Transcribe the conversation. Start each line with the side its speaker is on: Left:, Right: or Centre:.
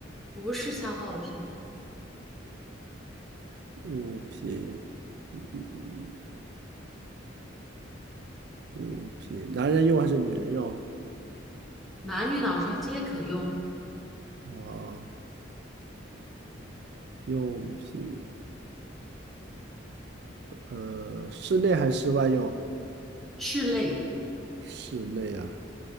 Centre: 不是消耗品，
Right: 物品，嗯嗯嗯物品，男人用还是女人用？
Centre: 男女老少皆可用，
Right: 啊，用品，呃，室内还是室外用？
Centre: 是类，
Right: 室内啊，